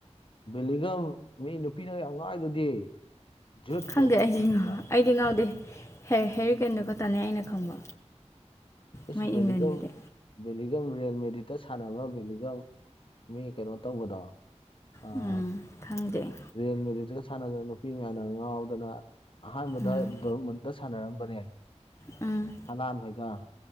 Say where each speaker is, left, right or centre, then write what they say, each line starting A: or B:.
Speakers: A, on the left; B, on the left.
A: ꯕꯦꯂꯤꯉꯝ ꯃꯤ ꯅꯨꯄꯤꯅ ꯌꯥꯝ ꯉꯥꯎꯏꯗꯨꯗꯤ ꯖꯨꯠ
B: ꯈꯪꯗꯦ
A: ꯕꯦꯂꯤꯡꯒꯝꯅ
B: ꯑꯩꯗꯤ ꯑꯩꯗꯤ
A: ꯃꯌꯥꯝ
B: ꯉꯥꯎꯗꯦ ꯍꯦꯔꯤ ꯀꯦꯟꯗ ꯈꯇꯥꯅꯦ ꯑꯩꯅ ꯈꯪꯕ
A: ꯏꯁ
B: ꯃꯣꯏ
A: ꯕꯦꯂꯤꯡꯉꯝ
B: ꯏꯪꯂꯦꯟꯒꯤꯗꯤ
A: ꯕꯦꯂꯤꯉꯝ ꯔꯤꯌꯦꯜ ꯃꯦꯃꯥꯗꯔ꯭ꯤꯠꯇ ꯁꯥꯟꯅꯕ ꯕꯦꯂꯤꯉꯝ ꯃꯤ ꯀꯩꯅꯣ ꯇꯧꯕꯗꯣ ꯑꯥ
B: ꯎꯝ ꯈꯪꯖꯩ
A: ꯔꯤꯌꯦꯜ ꯃꯦꯗꯔꯤꯠꯇꯒ ꯁꯥꯟꯅꯗꯅ ꯅꯨꯄꯤ ꯃꯌꯥꯝꯅ ꯉꯥꯎꯗꯅ ꯑꯍꯥꯟꯕꯗ
B: ꯎꯝ
A: ꯗꯣꯔꯃꯨꯟꯗ ꯫ ꯁꯥꯟꯅꯔꯝꯕꯅꯦ꯫
B: ꯎꯝ꯫
A: ꯍꯂꯟ ꯍꯣꯏꯒ꯫